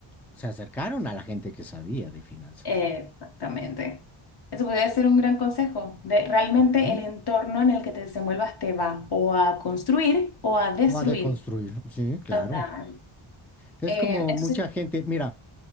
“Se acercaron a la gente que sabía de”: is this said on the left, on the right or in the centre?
Centre